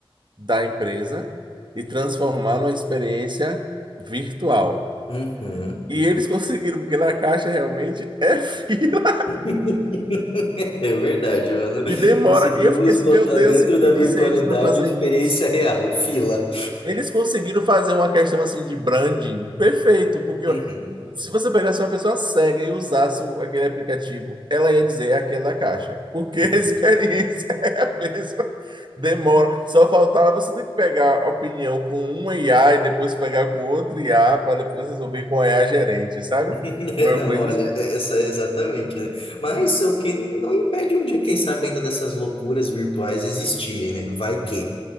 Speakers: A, on the right; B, on the left.
A: da empresa e transformar numa experiência virtual.
B: uhum.
A: E eles <laughs> conseguiram, porque na caixa realmente é fila
B: <laughs> É verdade,
A: <laughs>
B: mano.
A: e demora.
B: Conseguimos
A: E eu fiquei assim,
B: botar
A: meu Deus,
B: dentro
A: se
B: da
A: pedisse
B: virtualidade
A: a eles para fazer
B: a experiência
A: isso,
B: real, fila.
A: Eles conseguiram fazer uma questão assim de branding perfeito, porque
B: Uhum,
A: se você pegasse uma pessoa cega e usasse o- aquele aplicativo, ela ia dizer "É aquele da caixa, porque
B: uhum.
A: a <laughs> experiência é a mesma. Demora, só faltava você ter que pegar a opinião com uma IA e depois pegar com outra IA para depois resolver com a IA gerente, sabe?
B: <laughs>
A: Uma
B: Não,
A: coisa
B: olha,
A: assim.
B: essa é exatamente, né? Mas o que não impede um dia, quem sabe, ainda dessas loucuras virtuais existirem, né? Vai que,